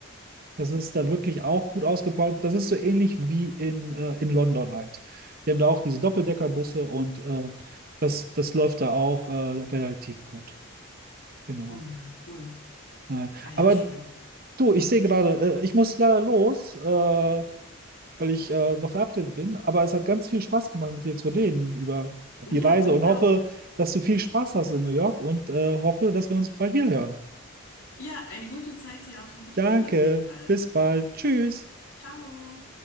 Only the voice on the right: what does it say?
Das ist da wirklich auch gut ausgebaut. Das ist so ähnlich wie in, äh, in London halt. Die haben da auch diese Doppeldeckerbusse und äh, das, das läuft da auch äh, relativ gut. Genau.
Äh,
aber
du, ich sehe gerade, äh, ich muss leider los, äh, weil ich äh, noch verabredet bin. Aber es hat ganz viel Spaß gemacht, mit dir zu reden über
die Reise
und
hoffe,
dass du viel Spaß hast in New York und äh, hoffe, dass wir uns bald wieder hören.
Danke,
bis bald. Tschüss.